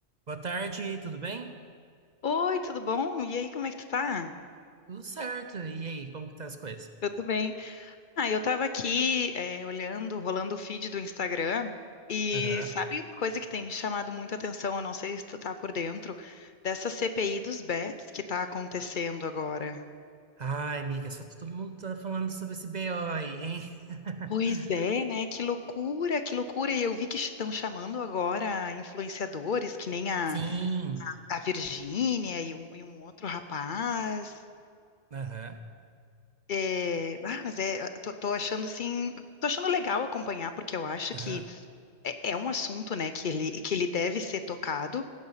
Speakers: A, on the right; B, on the left.
A: Boa tarde, tudo bem?
B: Oi, tudo bom? E aí, como é que tu tá?
A: Tudo certo. E aí, como que tá as coisas?
B: Eu tô bem. Ah, eu tava aqui, é, olhando, rolando o feed do Instagram, e
A: Aham.
B: sabe uma coisa que tem me chamado muita atenção, eu não sei se tu tá por dentro, dessa CPI dos bets que tá acontecendo agora.
A: Ai, amiga, só todo mundo tá falando sobre esse BO aí, hein? <laughs>
B: Pois é, né? Que loucura, que loucura. E eu vi que estão chamando agora influenciadores, que nem a,
A: Sim.
B: a Virgínia e um, e um outro rapaz.
A: Aham.
B: É, ah, mas é, tô, tô achando assim, tô achando legal acompanhar, porque eu acho
A: Aham.
B: que É é um assunto, né, que ele, que ele deve ser tocado,